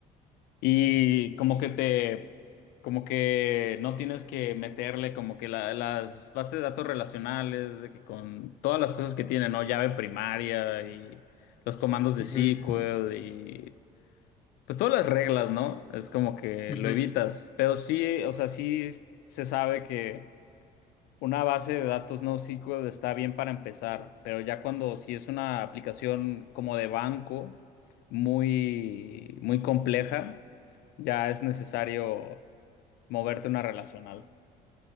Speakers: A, on the left; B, on the left.
A: Y
B: ujú,
A: como que te, como que no tienes que meterle como que la- las bases de datos relacionales, de que con todas las cosas que tiene, ¿no? Llave primaria y los comandos de
B: ujú,
A: SQL y pues todas las reglas, ¿no? Es como que
B: ujú.
A: lo evitas. Pero sí, o sea, sí se sabe que una base de datos NoSQL está bien para empezar, pero ya cuando si es una aplicación como de banco muy, muy compleja, ya es necesario moverte a una relacional.